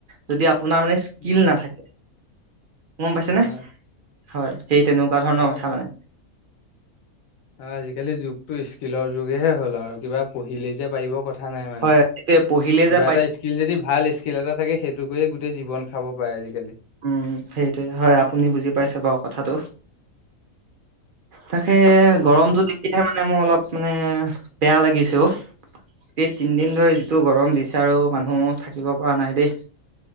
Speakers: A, on the right (about 60°); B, on the left (about 70°).
A: যদি আপোনাৰ মানে স্কিল
B: নোৱাৰি
A: নাথাকে। গম পাইছেনে
B: হয় হয়
A: হয় সেই তেনেকুৱা ধৰণৰ
B: হয়
A: কথা
B: হয়
A: মানে।
B: আজিকালি যুগটো স্কিলৰ যুগেহে হ'ল আৰু। কিবা পঢ়িলেই যে পাৰিব কথা নাই মানে।
A: হয়
B: কিবা
A: এতিয়া পঢ়িলে যে পাই
B: এটা স্কিল যদি ভাল স্কিল এটা থাকে সেইটো কৰিয়ে গোটেই জীৱন খাব পাৰে আজি।
A: উম, সেইটোৱে হয় আপুনি বুজি পাইছে বাৰু কথাটো। তাকে
B: সেইটো
A: গৰমতটো
B: কথা
A: দেখিলহে মানে মোৰ অলপ মানে বেয়া লাগিছে অ, এই তিনদিন ধৰি যিটো গৰম দিছে আৰু মানুহ থাকিব পৰা নাই দেই।